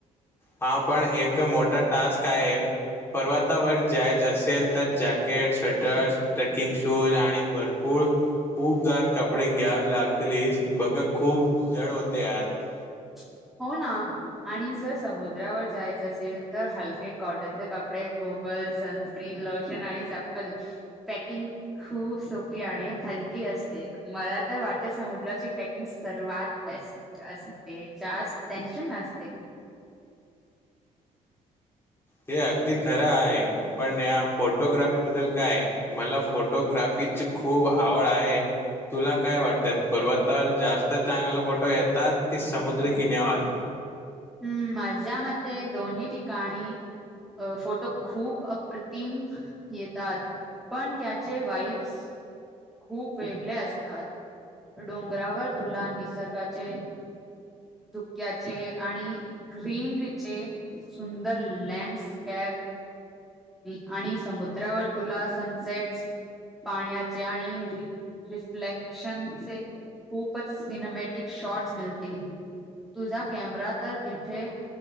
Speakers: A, on the left; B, in the centre.
A: हा पण एक मोठा टास्क आहे पर्वतावर जायर असेल तर जॅकेट स्वेटर्स ट्रेकिंग शूज आणि भरपूर खूबदार कपडे घ्यावे लागतेस बघ खूप जड होते आत
B: ह हो ना आणि जर समुद्रावर जायचं असेल तर हलके कॉटनचे कपडे गोबर कन लोशन आणि सपलकिंग खूप सोपी आणि हल अस मला तर वाटत्या समुद्राची पॅकिंग सर्वात बेस्ट असते ते जास् टेनशन ना असते
A: ते अगदी खरं आहे पण या फोटोग्राफी बद्दल काय मला फोटोग्राफी पिच खूप आवड आहे तुला काय वाटतं पर्वतावर जास्त चांगले फोटो येतात कि समुद्र किन्यावर
B: हम्म माझ्या मते दोन्ही ठिकाणी अ फोटो खूप अप्रतिम येतात पण त्याचे वाईब्स खूप वेगळे असतात डोंगरावर तुला निसर्गाचे ुक्याचे आणि ग्रीनरीचे सुंदर लँडस्क आणि सद्रावर तुला सनट पाण्या आणि र रिफ्लेक्शनचे खूपच सिनेमॅटिक शॉट्स मिळतील. तुझा कॅमेरा तर तिथे